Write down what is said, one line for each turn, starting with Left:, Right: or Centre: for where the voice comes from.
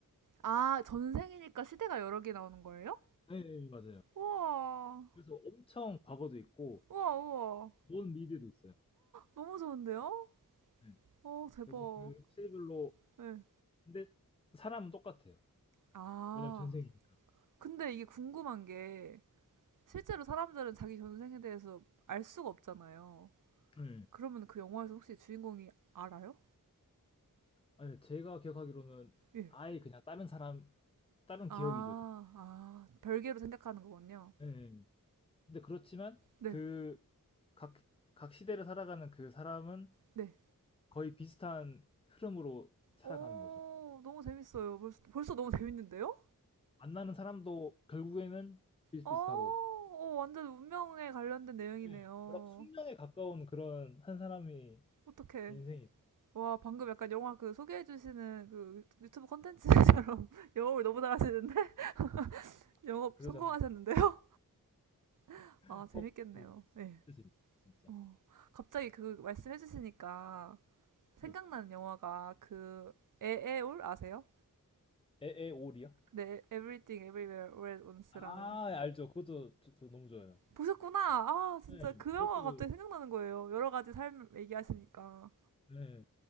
Right: 아, 전생이니까 시대가 여러 개 나오는 거예요?
Left: 네, 네, 맞아요.
Right: 우와.
Left: 그래서 엄청 과거도 있고
Right: 우와, 우와.
Left: 먼 미래도 있어요.
Right: 너무 좋은데요?
Left: 네.
Right: 어, 대박.
Left: 그래서 그 시대별로
Right: 네.
Left: 근데 사람은 똑같아요.
Right: 아.
Left: 왜냐면 전생이니까.
Right: 근데 이게 궁금한 게 실제로 사람들은 자기 전생에 대해서 알 수가 없잖아요.
Left: 네.
Right: 그러면 그 영화에서 혹시 주인공이 알아요?
Left: 아니, 제가 기억하기로는
Right: 예.
Left: 아예 그냥 다른 사람 다른
Right: 아,
Left: 기억이죠. 그냥.
Right: 아, 별개로 생각하는 거군요.
Left: 네, 네. 근데 그렇지만
Right: 네,
Left: 그 각 각 시대를 살아가는 그 사람은
Right: 네.
Left: 거의 비슷한 흐름으로 살아가는
Right: 오,
Left: 거죠.
Right: 너무 재밌어요. 벌써, 벌써 너무 재밌는데요?
Left: 만나는 사람도 결국에는 비슷비슷하고
Right: 어, 어, 완전 운명에 관련된 내용이네요.
Left: 예. 뭐라 숙명에 가까운 그런 한 사람이
Right: 어떡해.
Left: 인생이죠.
Right: 와, 방금 약간 영화 그 소개해주시는 그 유튜브 컨텐츠처럼 <laughs> 영업을 너무 잘하시는데? <laughs> 영업
Left: 그래서
Right: 성공하셨는데요? <laughs>
Left: 저는
Right: 아,
Left: 꼭
Right: 재밌겠네요.
Left: 보고 있어요.
Right: 예.
Left: 진짜 재밌어요, 진짜.
Right: 어, 갑자기 그 말씀해 주시니까 생각나는
Left: 예.
Right: 영화가 그 에에올 아세요?
Left: 에에올이요?
Right: 네, Everything Everywhere All at Once라는
Left: 아, 알죠. 그것도 저, 저 너무 좋아요.
Right: 보셨구나. 아, 진짜
Left: 네,
Right: 그 영화가
Left: 그것도
Right: 갑자기 생각나는 거예요. 여러 가지 삶 얘기하시니까
Left: 네,